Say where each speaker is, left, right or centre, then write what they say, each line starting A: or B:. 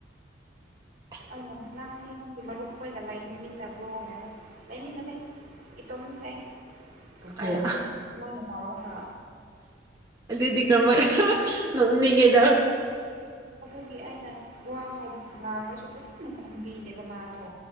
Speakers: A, on the right (about 20°); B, on the right (about 45°).
A: <unintelligible>
B: ꯑꯩꯅꯥꯅ ꯅꯡ ꯃꯔꯨꯞꯍꯣꯏꯒ ꯂꯩꯃꯤꯟꯅꯕ꯭ꯔꯣ ꯍꯥꯏꯔꯒ ꯂꯩꯃꯤꯟꯅꯗꯦ ꯏꯇꯣꯝ ꯂꯩ ꯑꯣ
A: ꯑꯌꯥ
B: ꯁꯨꯃꯥꯏꯅ ꯇꯥꯎꯔꯒ
A: ꯑꯗꯨꯗꯤ ꯀꯥꯃꯥꯏꯅ ꯅꯣꯛꯅꯤꯡꯉꯤꯗ
B: ꯑꯗꯨꯒꯤ ꯑꯩꯅ ꯋꯥ ꯍꯥꯏ ꯉꯥꯡꯂꯁꯨ ꯐꯖꯅ ꯈꯨꯝꯕꯤꯗꯦꯕ ꯃꯥꯗꯣ